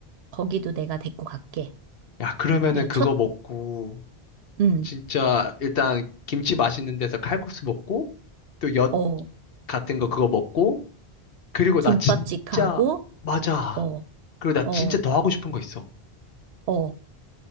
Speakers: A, on the right; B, on the left.
A: 거기도 내가 데리고 갈게.
B: 야, 그러면은
A: 야,
B: 그거
A: 첫,
B: 먹고,
A: 음,
B: 진짜, 일단 김치 맛있는 데서 칼국수 먹고, 또 엿
A: 어,
B: 같은 거 그거 먹고, 그리고 나
A: 김밥집하고,
B: 진짜, 맞아.
A: 어,
B: 그리고 나
A: 어,
B: 진짜 더 하고 싶은 거 있어.
A: 어,